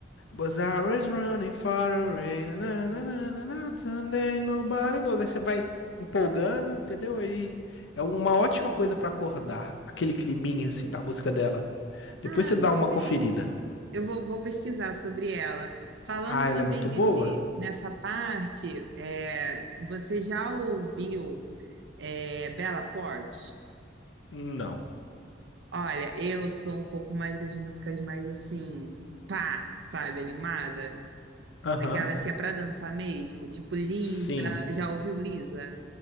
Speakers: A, on the left; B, on the right.
A: Was is running far away, na, na, na, na, na, na, Sunday, nobody knows. Aí você vai empolgando, entendeu? Aí é uma ótima coisa pra acordar, aquele climinha assim da música dela. Depois
B: Ah,
A: você dá
B: gostei.
A: uma conferida.
B: Eu vou, vou pesquisar sobre ela. Falando
A: Ah, ela
B: também
A: é muito
B: nesse,
A: boa?
B: nessa parte, é, você já ouviu é, Bella Porte?
A: Não.
B: Olha, eu sou um pouco mais das músicas mais assim, pá, sabe, animada?
A: Aham.
B: Aquelas que é para dançar mesmo, tipo Lisa.
A: Sim.
B: Já ouviu Lisa?